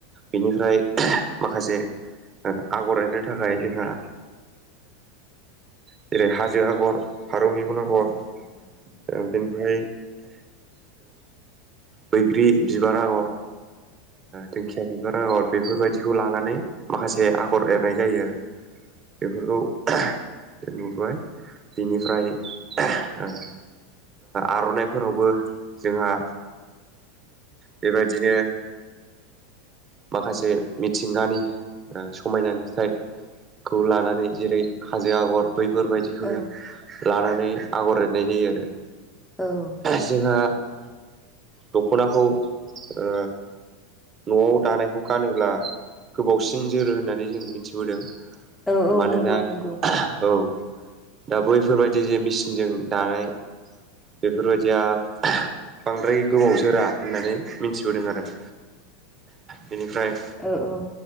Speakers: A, on the right; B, in the centre.
A: बेनिफ्राय माखासे आगर एरनो थाखाय जोंहा जेरै हाजो आगर फारौ मेगन आगर बेनिफ्राय बैग्रि बिबार आगर दिंखिया बिबार आगर बेफोरबायदिखौ लानानै माखासे आगर एरनाय जायो आरो बेफोरखौ जों नुबाय बिनिफ्राय आ आर'नाइफोरावबो जोंहा बेबायदिनो माखासे मिथिंगानि समायना नुथायखौ लानानै जेरै हाजो आगर बैफोरबायदिखौनो
B: औ
A: लानानै आगर एरनाय जायो आरो
B: औ
A: जोंहा दख'नाखौ ओ न'आव दानायखौ गानोब्ला गोबावसिन जोरो होननानै जों मिथिबोदों
B: औ
A: मानोना
B: नंगौ नंगौ
A: औ दा बैफोरबायदि जे मेसिनजों दानाय बेफोरबायदिया बांद्राय गोबाव जोरा होननानै मिथिबोदों आरो बेनिफ्राय
B: ओ-औ